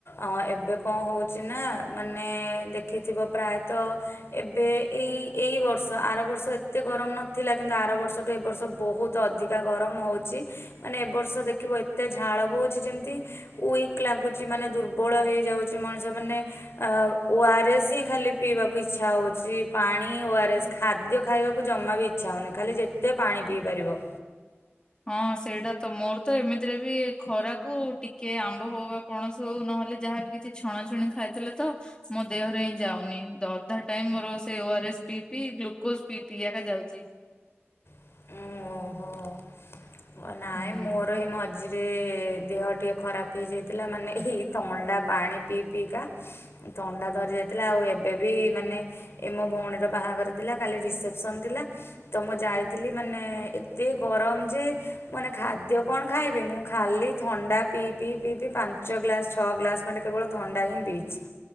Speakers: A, on the left; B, on the left.
A: ଅ ଏବେ କଣ ହଉଛି ନା ମାନେ ଦେଖିଥିବ ପ୍ରାୟତଃ ଏବେ ଏଇ ଏଇବର୍ଷ ଆରବର୍ଷ ଏତେ ଗରମ ନଥିଲା କିନ୍ତୁ ଆରବର୍ଷଠୁ ଏବର୍ଷ ବହୁତ ଅଧିକ ଗରମ ହେଉଛି ମାନେ ଏବର୍ଷ ଦେଖିବ ଏତେ ଝାଳ ବଉଛି ଯେମିତି ଉଇକ୍ ଲାଗୁଛି ମାନେ ଦୁର୍ବଳ ହେଇଯାଉଛି ମଣିଷ ମାନେ ଅ ଓ ଆର ଏସ୍ ହିଁ ଖାଲି ପିଇବାକୁ ଇଚ୍ଛା ହଉଛି ପାଣି ଓ ଆର ଏସ୍ ଖାଦ୍ୟ ଖାଇବାକୁ ଜମା ବି ଇଚ୍ଛା ହଉନି ଖାଲି ଯେତେ ପାଣି ପିଇ ପାରିବ।
B: ହଁ ସେଇଟା ତ ମୋର ତ ଏମିତିରେ ବି ଖରାକୁ ଟିକେ ଆମ୍ବ ହଉ ବା ପଣସ ହଉ ନହେଲେ ଯାହାବି କିଛି ଛଣାଛୁଣି ଖାଇଦେଲେ ତ ମୋ ଦେହରେ ହିଁ ଯାଉନି ଅଧା ଟାଇମ ମୋର ସେଇ ଓ ଆର ଏସ୍ ପିଇ ପି ଗ୍ଲୁକୋଜ ପିଇ ପି ଏକା ଯାଉଛି।
A: <unintelligible> ଓହୋ ନାଇଁ
B: ହୁଁ
A: ମୋର ଏ ମ ମଝିରେ ଦେହ ଟିକେ ଖରାପ ହେଇଯାଇଥିଲା ମାନେ ଏଇ ଥଣ୍ଡା ପାଣି ପିଇ ପିଇକା। ଥଣ୍ଡା ଧରି ଯାଇଥିଲା ଆଉ ଏବେ ବି ମାନେ ଏ ମୋ ଭଉଣୀର ବାହାଘର ଥିଲା କାଲି ରିସେପସନ ଥିଲା ତ ମୁଁ ଯାଇଥିଲି ମାନେ ଏତେ ଗରମ ଯେ ମାନେ ଖାଦ୍ୟ କଣ ଖାଇବି ମୁଁ ଖାଲି ଥଣ୍ଡା ପିଇ ପିଇ ପିଇ ପି ପାଞ୍ଚ ଗ୍ଲାସ ଛଅ ଗ୍ଲାସ ଖଣ୍ଡେ କେବଳ ଥଣ୍ଡା ହିଁ ପିଇଛି।